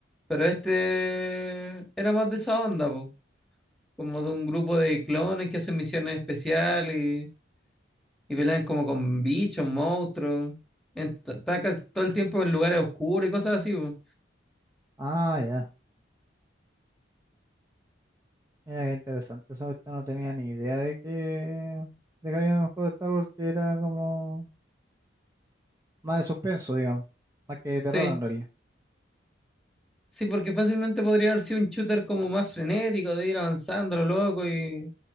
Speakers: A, in the centre; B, on the right.
A: Pero este era más de esa onda, po. Como de un grupo de clones que hacen misiones especiales y, y pelean como con bichos, monstruos. en- ta- todo el tiempo en lugares oscuros y cosas así, po.
B: Ah, ya. Mira, qué interesante. Esa cuestión no tenía ni idea de que, de que había un juego de Star Wars que era como. Más de suspenso, digamos. Más que de terror
A: Sí.
B: en realidad.
A: Sí, porque fácilmente podría haber sido un shooter como más frenético, de ir avanzando, lo loco y,